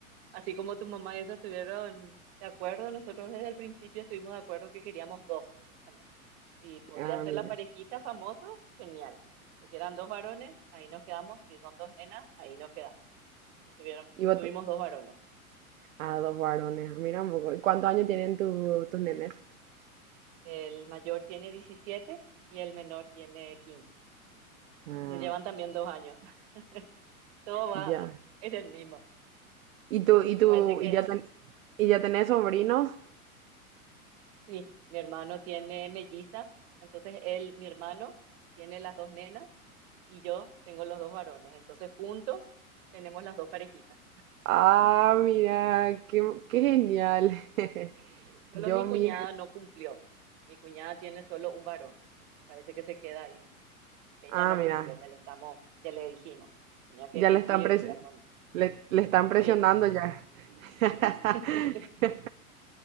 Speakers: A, on the right (about 45°); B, on the right (about 65°).
A: Así como tu mamá y eso estuvieron de acuerdo, nosotros desde el principio estuvimos de acuerdo que queríamos dos también. Si podía
B: Ah,
A: ser
B: mira.
A: la parejita famoso, genial. Pues si eran dos varones, ahí nos quedamos. Si son dos nenas, ahí nos quedamos. Y tuvieron,
B: Y vos
A: tuvimos
B: te-
A: dos varones.
B: Ah, dos varones. Ah, Mira un poco. ¿Y cuántos años tienen tu- tus nenes?
A: El mayor tiene 17 y el menor tiene quince
B: Ah,
A: Entonces llevan también dos años. <laughs> Todo va
B: ya.
A: en el mismo.
B: ¿Y tú, y tú,
A: me Parece que
B: y ya ten- y ya tenés sobrinos?
A: Sí, mi hermano tiene mellizas, entonces él, mi hermano, tiene las dos nenas y yo tengo los dos varones, entonces juntos tenemos las dos parejitas.
B: Ah, mira, qué, qué genial. <laughs>
A: Solo
B: Yo,
A: mi
B: mi...
A: cuñada
B: her-
A: no cumplió, mi cuñada tiene solo un varón y parece que se queda ahí, nomás. Así que ella
B: Ah,
A: no
B: mira.
A: cumplió, ya le estamos, ya le dijimos, tenía que
B: Ya
A: cumplir
B: le están pres-
A: ella con...
B: le, le
A: <laughs>
B: están presionando
A: Sí.
B: ya. <laughs>
A: <laughs>